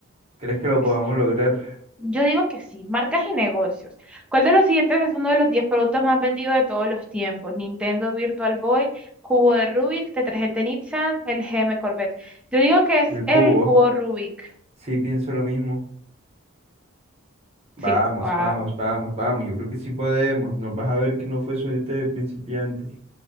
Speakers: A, on the right; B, in the centre.
A: ¿Crees que lo
B: Es-
A: podamos lograr?
B: Yo digo que sí. Marcas y negocios. ¿Cuál de los siguientes es uno de los 10 productos más vendidos de todos los tiempos? Nintendo Virtual Boy, cubo de Rubik, detergente Nissan, el GM Corvette. Yo digo que es
A: El cubo.
B: el cubo Rubik.
A: Sí, pienso lo mismo. Vamos,
B: Sí. Wow.
A: vamos, vamos, vamos. Yo creo que sí podemos. Nos vas a ver que no fue suerte de principiante